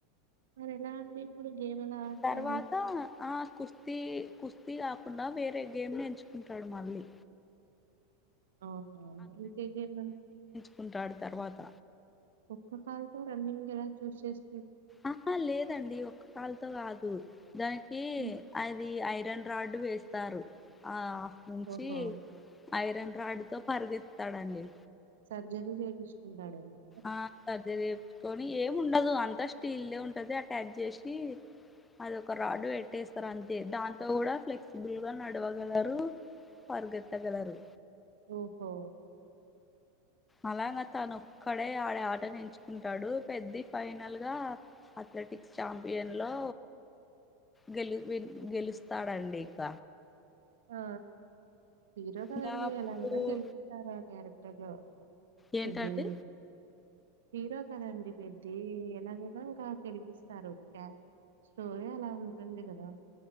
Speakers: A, on the right; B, on the left.
A: ఎలాఅండి ఇప్పుడు గేమ్ ఎలా ఆడతాడు?
B: తర్వాత ఆ కుస్త కుస్తీ కుస్తీ కాకుండా వేరే గేమ్ ని ఎంచుకుంటాడు మళ్ళీ
A: ఆహ ఇంకేంటండి
B: కుంటాడు తర్వాత
A: ఒక్క కాల్తో రన్నింగ్ ఎలా చూస్ చేస్త
B: అహ లేదండి ఒక్క కాలితో కాదు దానికి
A: హ్మ్.
B: అది ఐరన్ రాడ్డు వేస్తారు ఆట్ నుంచి
A: ఓహో!
B: ఐరన్ రాడ్డుతో పరిగెత్తుతాడండి
A: సర్జరీ చేయించుకుంటాడేమో
B: ఆ సర్జరీ చేయించుకుని ఏం ఉండదు అంతా స్టీల్ దే ఉంటది అటాచ్ చేసి అది ఒక రాడ్డు పెట్టేస్తారు అంతే దాంతో కూడా ఫ్లెక్సిబుల్ గా నడవగలరు పరిగెత్తగలరు
A: ఓహో
B: అలాగ తను ఒక్కడే ఆడే ఆటను ఎంచుకుంటాడు పెద్ది ఫైనల్గా అథ్లెటిక్స్ చాంపియన్ లో గెలు విల్ గెలుస్తాడండి ఇక
A: ఆ హీరో కదండి,
B: ఇంకా అప్పుడు
A: ఎలాగైనా గెలిపి పిస్తారు ఆ క్యారెక్టర్ లో,
B: ఏంటండి
A: పెద్దినింట హీరో కదండి పెద్ది, ఎలాగైనా ఇంకా గెలిపిస్తారు క్యా స్టోరీ అలా ఉంటుంది కదా.